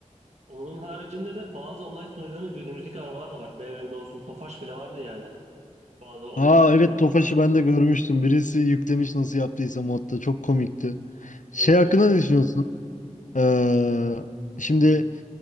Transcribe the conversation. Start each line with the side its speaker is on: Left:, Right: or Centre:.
Right: Onun haricinde de bazı online sunucuların günümüzdeki arabalar da var. BMW olsun, Tofaş bile vardı yani. Bazı online
Left: Aa
Right: sunucularında.
Left: evet Tofaş'ı ben de görmüştüm birisi yüklemiş nasıl yaptıysa modda çok komikti. Şey
Right: Evet,
Left: hakkında
Right: evet.
Left: ne düşünüyorsun? Ee, şimdi